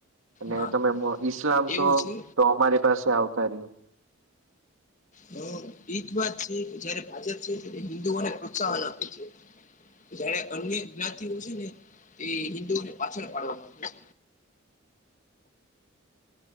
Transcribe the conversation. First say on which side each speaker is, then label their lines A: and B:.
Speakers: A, on the right; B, on the left.
A: અને
B: હા
A: તમે ઈસ્લામ
B: એવું
A: છો
B: છે
A: તો અમારી પાસે આવતા રહ્યો
B: હા એ જ વાત છે કે જયારે ભાજપ છે જે તે હિન્દુઓને પ્રોત્સાહન આપે છે. જયારે અન્ય જ્ઞાતિઓ છે ને તે હિન્દુઓને પાછળ પાડવા માંગે છે.